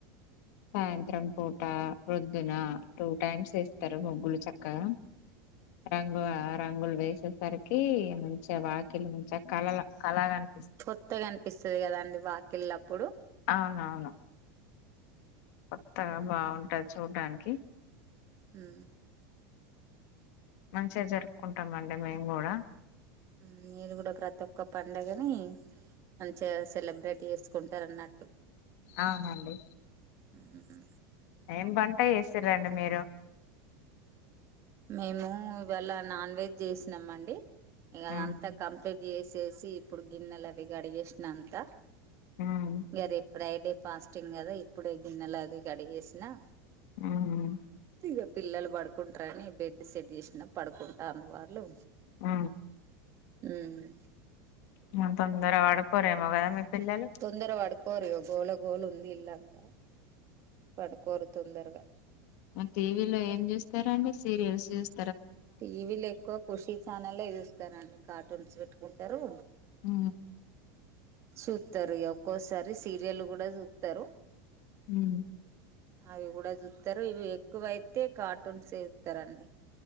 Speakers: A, on the left; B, on the right.
A: సాయంత్రం పూట ప్రొద్దున టూ టైమ్స్ వేస్తారు ముగ్గులు చక్కగా రంగు ఆ రంగులు వేసేసరికి మంచిగా వాకిళ్లు మంచిగా కలల కలన్
B: కొత్తగా అనిపిస్తది కదండి వాకిళ్లప్పుడు
A: అవునవును కొత్తగా బాగుంటది చూడ్డానికి
B: ఉ
A: మంచిగా జరుపుకుంటామండి మేము కూడా
B: ఊ నేను కూడా ప్రతి ఒక్క పండగని మంచిగా సెలబ్రేట్ చేసుకుంటారు అన్నట్టు
A: అవును అండి
B: ఊ ఉ
A: ఏం వంట చేసిర్రు రండి మీరు
B: మేము ఇవాళ నాన్ వెజ్ చేసినాం అండి ఇగ అదంతా
A: ఉమ్
B: కంప్లీట్ చేసేసి ఇప్పుడు గిన్నెలు అవి కడిగేసిన అంత
A: ఉమ్
B: ఇగ రేపు ఫ్రైడే ఫాస్టింగ్ కదా ఇప్పుడే గిన్నెలు అది కడిగేసినా
A: ఉమ్
B: ఇగ పిల్లలు పడు కుంటరని బెడ్ సెట్ చేసినా పడుకుంటాండ్రు వాళ్లు
A: ఉ
B: హుహు
A: ఇంగా తొందర పడుకోడెమో కదా మీ పిల్లలు
B: తొందర పడుకోరు ఇక గోల గోల ఉంది ఇల్లంతా పడుకోరు తొందరగా
A: టీవీలో ఏం చూస్తారండి సీరియల్స్ చుస్
B: టీవీలో ఎక్కువ ఖుషి ఛానల్ లే చూస్తారండి కార్టూన్స్ పెట్టుకుంటరు
A: ఊ
B: సుతారు ఇ ఒక్కోసారి సీరియల్ కూడా చూస్తారు
A: యూ
B: అవి కూడా చూస్తారు ఇవి ఎక్కువైతే కార్టూన్స్ ఏ ఇత్తరండి